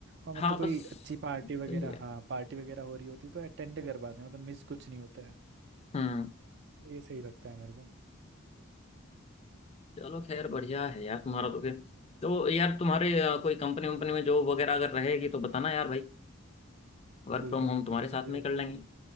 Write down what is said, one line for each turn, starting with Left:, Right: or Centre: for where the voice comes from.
Right: और
Left: हाँ
Right: मतलब कोई
Left: बस
Right: अच्छी पार्टी वगैरह
Left: यही है
Right: हाँ पार्टी वगैरह हो रही होती है तो अटेंड कर पाते हैं मतलब मिस कुछ नहीं होता है
Left: हम्म
Right: तो ये सही लगता है मेरे को
Left: चलो खैर बढ़िया है यार तुम्हारा तो फिर तो यार तुम्हारे अ, कोई कंपनी वंपनी में जॉब वगैरह अगर रहेगी तो बताना यार भाई वर्क
Right: बिल्कुल
Left: फ्रॉम होम
Right: बिल्कुल
Left: तुम्हारे
Right: तो
Left: साथ
Right: मुझे
Left: में ही कर लेंगे